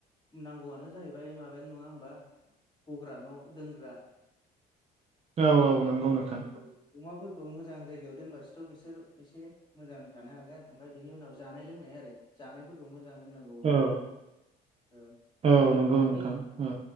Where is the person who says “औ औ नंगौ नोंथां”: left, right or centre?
Right